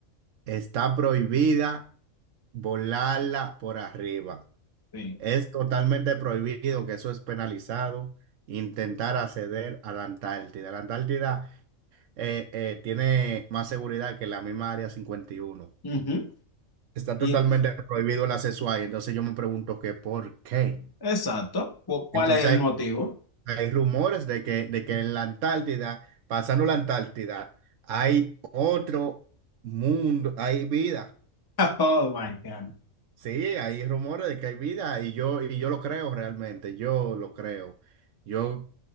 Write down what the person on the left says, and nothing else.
sí.
Ujú.
Y,
exacto. ¿Cu- ¿Cuál
es el
motivo?
<laughs> Oh my God.